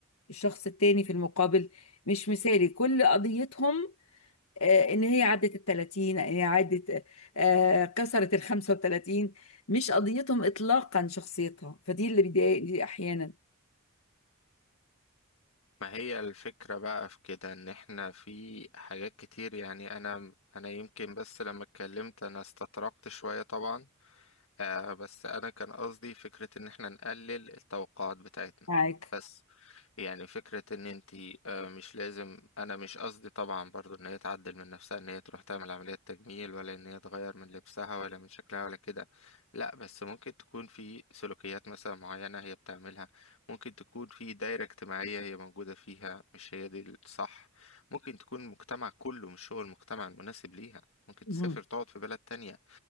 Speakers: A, on the left; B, on the left.
A: الشخص التاني في المقابل مش مثالي كل قضيتهم آه، ان هي عدت ال 30 ان هي عدت آه، كسرت ال 35 مش قضيتهم اطلاقا شخصيتها فدي اللي بيضايقني احيانا
B: ما هي الفكرة بقى في كده ان احنا في حاجات كتير يعني انا انا يمكن بس لما اتكلمت انا استطرقت شوية طبعا آه بس انا كان قصدي فكرة ان احنا نقلل التوقعات بتاعتنا
A: معاك
B: بس يعني فكرة ان انت آه، مش لازم انا مش قصدي طبعا برضو ان هي تعدل من نفسها ان هي تروح تعمل عملية تجميل ولا ان هي تغير من لبسها ولا من شكلها ولا كده لا بس ممكن تكون في سلوكيات مثلا معينة هي بتعملها ممكن تكون في دايرة اجتماعية هي موجودة فيها مش هي دي الصح ممكن تكون المجتمع كله مش هو المجتمع المناسب ليها ممكن
A: مم.
B: تسافر تقعد في بلد تانية